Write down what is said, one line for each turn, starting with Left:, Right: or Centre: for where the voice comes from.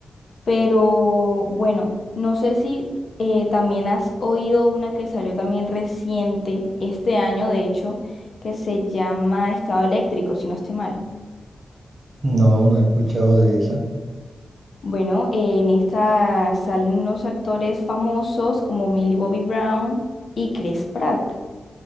Left: Pero bueno, no sé si eh, también has oído una que salió también reciente, este año de hecho, que se llama Estado Eléctrico, si no estoy mal.
Right: No, no he escuchado de esa.
Left: Bueno, eh, en esta salen unos actores famosos como Millie Bobby Brown y Chris Pratt.